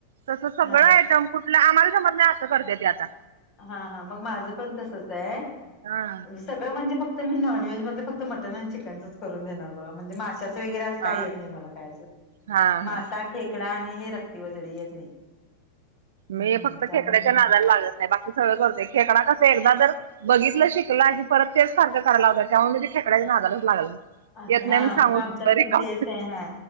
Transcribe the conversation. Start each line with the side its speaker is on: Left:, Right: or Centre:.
Right: तस सगळं
Left: हा
Right: आयटम कुठ आम्हाला समज नाही असं करते तेी आता
Left: हा हा मग माझं पण तसच आहे
Right: हा.
Left: सगळं म्हणजे फक् म नॉव्हेज मध फक् मट आणि चिकनच करून देणार बघ म्हणजे माश्या. वगरच काही
Right: हा
Left: येत नाही मला काय अजून
Right: हा
Left: मासा
Right: हा
Left: खेकडा आणि हे रक्ती वजळी येत नाही. हम्म
Right: मी फक्त
Left: त्यामुळे
Right: खेकड्याच्या
Left: म्हटलं
Right: नादाला लागत नाही बाकी सगळं करते खेकडा कस एकदा जर. बघितलं शिकलं की परत तेच सारखं कराय ला होत त्यामुळे मी ते फेकड्या नागालाच लागल.
Left: अस
Right: येत
Left: हा
Right: नाही म्हणून
Left: मग
Right: सांगून
Left: आमच्यात
Right: सुद्धा
Left: पण
Right: रिकाम
Left: तेच आहे हा